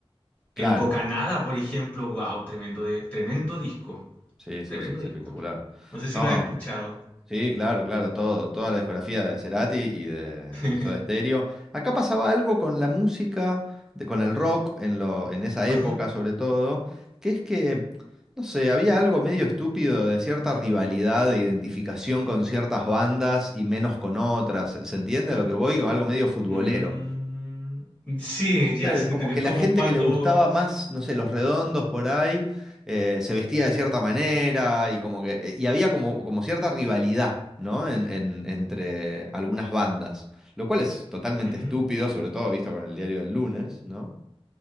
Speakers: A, in the centre; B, on the left (about 15°).
A: claro,
B: El Bocanada, por ejemplo, wow, tremendo, de, tremendo disco,
A: sí, sí,
B: tremendo
A: sí, es
B: disco.
A: espectacular.
B: No sé si
A: No,
B: lo has escuchado.
A: sí, claro, claro, todo, toda la discografía de Cerati y de,
B: <laughs>
A: y de Soda Stereo. Acá pasaba algo con la música, de- con el rock, en lo, en esa época
B: Ajá.
A: sobre todo, que es que, no sé, había algo medio estúpido de cierta rivalidad, de identificación con ciertas bandas y menos con otras. ¿Se se entiende a lo que voy? Con algo medio futbolero.
B: Mm, sí,
A: Entonces,
B: ya, sí te
A: como
B: entendí.
A: que
B: Es como
A: la gente
B: cuando...
A: que le gustaba más, no sé, los redondos por ahí, eh, se vestía de cierta manera y como que, y había como, como cierta rivalidad, ¿no? En, en- entre algunas bandas, lo cual es totalmente
B: ujú.
A: estúpido, sobre todo visto con el diario del lunes, ¿no?